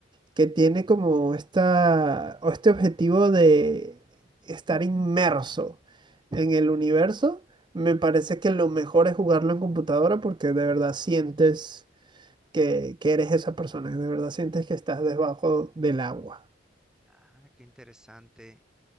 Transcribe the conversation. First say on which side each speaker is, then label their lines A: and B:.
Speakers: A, on the right; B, in the centre.
A: que tiene como esta, o este objetivo de estar inmerso en el universo, me parece que lo mejor es jugarlo en computadora porque de verdad sientes que, que eres esa persona, que de verdad sientes que estás debajo del agua.
B: Ah, qué interesante.